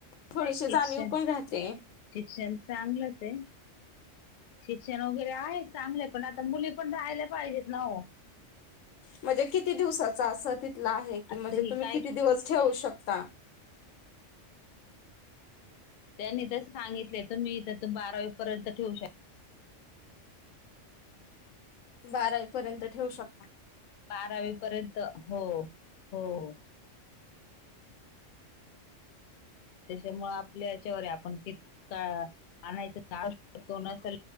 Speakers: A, on the left (about 80°); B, on the left (about 65°).
A: थोडीशी
B: नाही शिक्षण
A: जाणीव पण राहते.
B: शिक्षण चांगलंच आहे. शिक्षण वगैरे आहे, चांगल आहे. पण आता मुली पण राहायला पाहिजेत ना ओ.
A: म्हणजे किती दिवसाचा असं तिथलं आहे? की म्हणजे
B: तर ही
A: तुम्ही
B: काय
A: किती दिवस ठेवू शकता?
B: त्यांनी तर सांगितलय तुम्ही इथं तर बारावीपर्यंत ठेवू शक
A: बारावी पर्यंत ठेवू शकता.
B: बारावी पर्यंत, हो हो. त्याच्यामूळ आपल्या याच्यावर आहे. आपण कीत का आणायचं का तो नसल